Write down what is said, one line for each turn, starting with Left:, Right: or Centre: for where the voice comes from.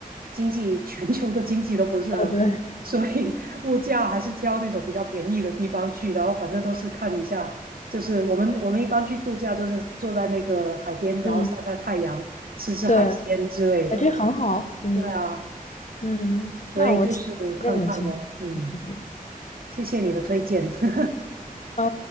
Right: 经济 <laughs> 全球的经济都不是很好，
Left: 哦对，
Right: 所以物价还是挑那种比较便宜的地方去，然后反正都是看一下，就是我们我们一般去度假，就是坐在那个海边，然后晒晒太阳，
Left: 嗯
Right: 吃吃海鲜之类的。
Left: 对，哎，这很好，嗯
Right: 对啊，
Left: 嗯，
Right: 所以就是看看咯。
Left: 那我挺推荐你们去，
Right: 嗯，
Left: 嗯。
Right: 谢谢你的推荐。<laughs>
Left: 啊，